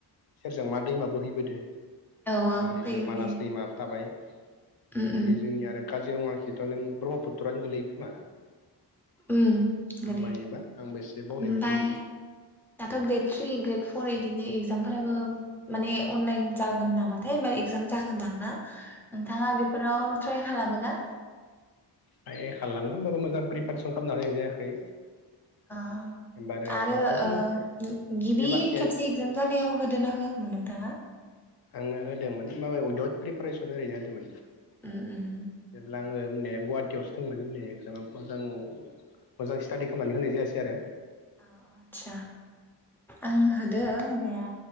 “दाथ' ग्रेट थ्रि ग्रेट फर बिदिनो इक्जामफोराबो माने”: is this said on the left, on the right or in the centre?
Centre